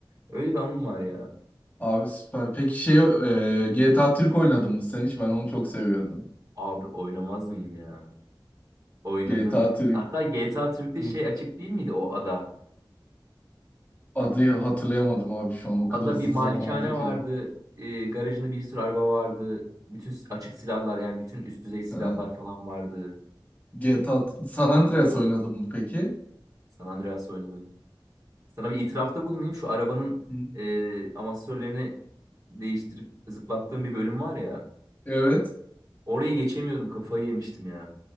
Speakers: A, on the right; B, on the left.
A: Öyle bir anım var ya.
B: Abi süper. Peki şey e, GTA Türk oynadın mı sen hiç? Ben onu çok seviyordum.
A: Abi oynamaz mıyım ya? Oynadım.
B: GTA Türk
A: Hatta GTA Türk'te
B: Hı.
A: şey açık değil miydi o ada?
B: adı hatırlayamadım abi şu an. O kadar
A: Ada
B: uzun
A: bir malikane
B: zaman oldu ki.
A: vardı. E, garajında bir sürü araba vardı. Bütün s- açık silahlar yani bütün üst düzey silahlar
B: Ha.
A: falan vardı.
B: GTA T- A T- San Andreas oynadın mı peki?
A: San Andreas oynadım. Sana bir itirafta bulunayım. Şu arabanın
B: Hı.
A: e, amortisörlerini değiştirip zıplattığım bir bölüm var ya.
B: Evet.
A: Orayı geçemiyordum. Kafayı yemiştim ya.